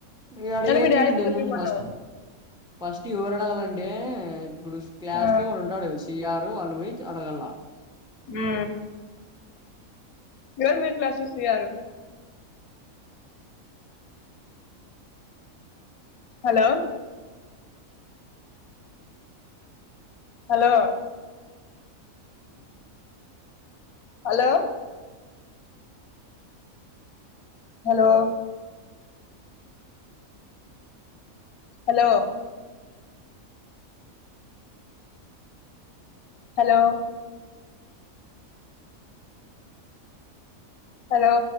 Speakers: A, in the centre; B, on the left.
A: ఇగ అడిగేకి
B: అంటే మీ డాడీతో
A: వీల్లు
B: చెప్పమను
A: ముందు ఫస్ట్ ఫస్టు ఎవరడగాలంటే ఇబ్బుడు క్లాస్
B: ఆ,
A: లో వాడు ఉంటాడు టిఆరు వాళ్ళు బొయ్ త్ అడగల్ల
B: ఉ ఎవరు మీ క్లాస్ లో సీఆరు hello hello hello hello hello hello hello